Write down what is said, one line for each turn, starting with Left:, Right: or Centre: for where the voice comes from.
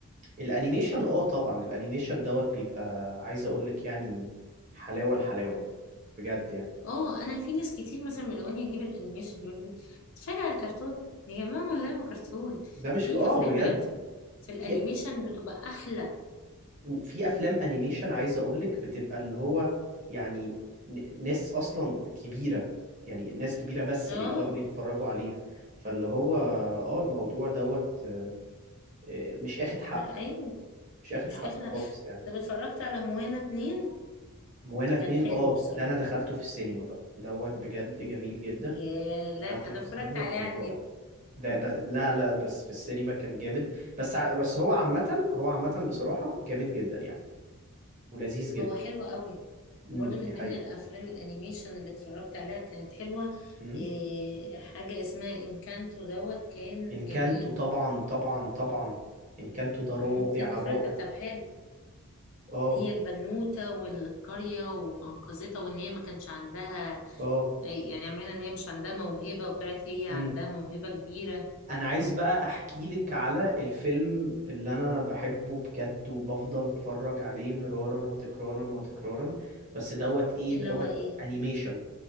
Right: الانيميشن اه طبعا الانيميشن دوت بيبقى عايز اقول لك يعني حلاوة الحلاوة بجد يعني
Left: اه انا في ناس كتير مثلا ملاقوني اجيب الانيميشن يقول لي اتفرج على كرتون يا جماعة والله ما كرتون
Right: ده مش
Left: في
Right: اه
Left: افلام
Right: بجد
Left: بجد في, ال- في الانيميشن
Right: في
Left: بتبقى احلى
Right: في افلام انيميشن عايز اقول لك بتبقى اللي هو يعني ن- ناس اصلا كبيرة يعني ناس كبيرة بس
Left: اه
Right: اللي يقدروا يتفرجوا عليها فاللي هو اه الموضوع دوت آه، آه، مش اخد حقه
Left: ما- ايوه
Right: مش اخد
Left: مش
Right: حقه
Left: اخر
Right: خالص يعني
Left: طب اتفرجت على موانا اتنين
Right: موانا اتنين
Left: كان حلو
Right: اه
Left: بصراحة
Right: ده انا دخلته في السينما بقى دوت بجد جميل جدا
Left: يا لا
Right: دخلته
Left: انا
Right: في
Left: اتفرجت
Right: السينما
Left: عليه
Right: وكان
Left: على
Right: رائع
Left: النت
Right: ده بس لا لا بس في السينما كان جامد بس ع- بس هو عامة هو عامة بصراحة جامد جدا يعني ولذيذ جدا
Left: هو حلو قوي
Right: امم
Left: وبرده من
Right: دي حقيقة
Left: ضمن الافلام الانيميشن اللي اتفرجت عليها كانت حلوه
Right: امم
Left: إيه حاجه اسمها انكانتو دوت كان
Right: ان كانتو
Left: جميل
Right: طبعا طبعا طبعا ان كانتو ده رائع
Left: مم، ايه ده اتفرجت
Right: رائع
Left: طب حلو
Right: اه
Left: هي البنوته والقريه وانقذتها وان هي ما كانش عندها
Right: اه
Left: آه، يعني عاملين ان هي مش عندها موهبه وطلعت هي
Right: امم.
Left: عندها موهبه كبيره
Right: انا عايز بقى احكي لك على الفيلم اللي انا بحبه بجد وبفضل اتفرج عليه مرارا وتكرارا وتكرارا بس دوت ايه
Left: اللي
Right: دوت
Left: هو ايه
Right: انيميشن